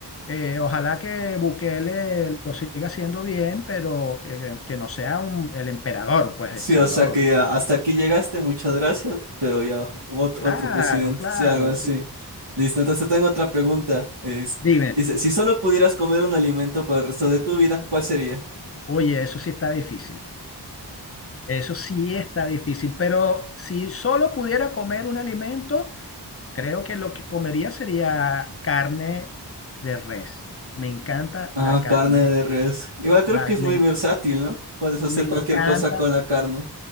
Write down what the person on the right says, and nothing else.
Sí,
o sea que ya hasta aquí llegaste, muchas gracias, pero ya otro,
otro presidente,
sí, algo así.
Listo, entonces tengo otra pregunta. Es,
dice, si solo pudieras comer un alimento por el resto de tu vida, ¿cuál sería?
Ah,
carne de res. Igual creo
que es
muy versátil, ¿no? Puedes hacer
cualquier cosa con la carne.